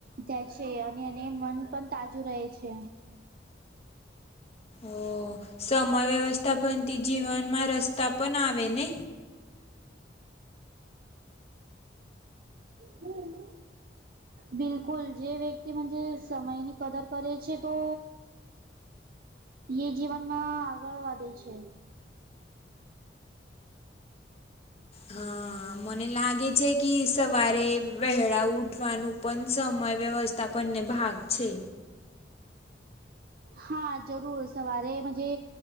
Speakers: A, on the right; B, on the left.
A: જ છે અને એને મન પણ તાજુ રહે છે.
B: ઓ સમય વ્યવસ્થા બનતી જીવનમાં રસ્તા પણ આવે ને.
A: હમ્મ. બિલકુલ જે વ્યક્તિ મઁજે સમય ની કદર કરે છે તો. એ જીવનમાં આગળ વધે છે.
B: હા. મને લાગે છે કે સવારે વહેળા ઉઠવાનું પણ સમય વ્યવસ તા પને ભાગ છે.
A: હા જરૂર સવારે મઁજે.